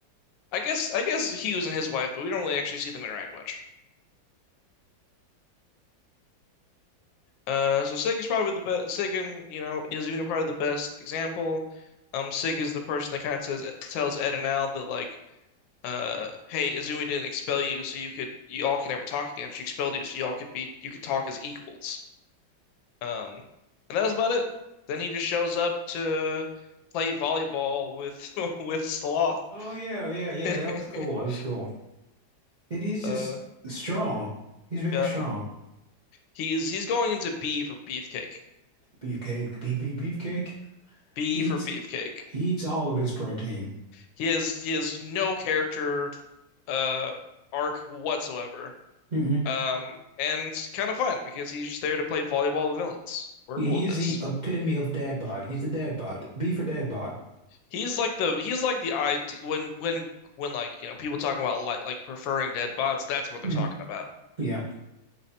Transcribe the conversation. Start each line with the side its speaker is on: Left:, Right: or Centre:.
Left: I guess I guess Hughes and his wife, but we don't really actually see them interact much. Uh, so Sig is probably the best. Sig and you know is even probably the best example. Um, Sig is the person that kind of says tells Ed and Al that like, uh, hey, Izumi didn't expel you, so you could you all can never talk again. She expelled you, so y'all could be you could talk as equals. Um, and that was about it. Then he just shows up to play volleyball with <laughs> with Sloth.
Right: Oh yeah, yeah, yeah.
Left: <laughs>
Right: That was cool. That was cool. It is just
Left: Uh,
Right: strong. He's very
Left: yeah.
Right: strong.
Left: He's he's going into B for Beefcake.
Right: Beefcake, beef, beef, beefcake.
Left: B
Right: He
Left: for
Right: eats,
Left: Beefcake.
Right: he eats all of his protein.
Left: He has he has no character uh arc whatsoever.
Right: hmm
Left: Um, and it's kind of fun because he's just there to play volleyball with villains. We're
Right: Yeah,
Left: cool
Right: he
Left: with
Right: is
Left: this.
Right: the epitome of dad bod. He's the dad bod. Beef or dad bod.
Left: He's like the he's like the ID when when when like you know people talking about like like preferring dead bots. That's what they're
Right: Mm.
Left: talking about.
Right: Yeah.